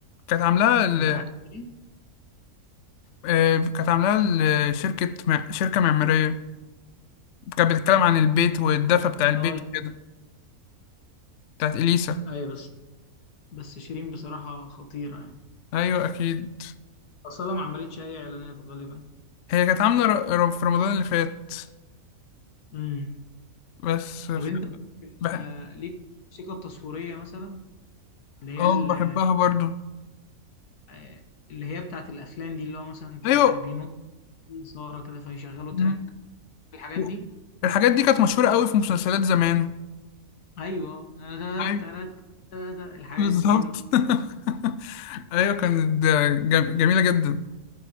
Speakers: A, on the left; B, on the left.
A: كانت عاملاها ل...
B: بتاعت إيه؟
A: آه، كانت عاملاها لشركة مع- شركة معمارية كانت بتتكلم عن البيت والدفى بتاع البيت
B: اه لا.
A: كده بتاعت اليسا
B: أيوه بس بس شيرين بصراحة خطيرة يعني
A: ايوه اكيد
B: أصلا ما عملتش أي إعلانات غالبا
A: هي كانت عاملة ر- ر- في رمضان اللي فات
B: امم
A: بس ف-
B: طب أنت
A: بح...
B: آه، ليك الموسيقى التصويرية مثلا اللي هي
A: اه
B: ال-
A: بحبها برضو
B: آه، اللي هي بتاعت الأفلام دي اللي هو مثلا تلا-
A: ايوه
B: بينط في إثارة كده فيشغلوا
A: مم.
B: تراك الحاجات
A: و-
B: دي
A: الحاجات دي كانت مشهورة قوي في مسلسلات زمان
B: أيوه تلات-
A: ايوه
B: تلات- تلات- الحاجات
A: بالظبط
B: دي بقى
A: <laughs> ايوه كانت جم... جميلة جدا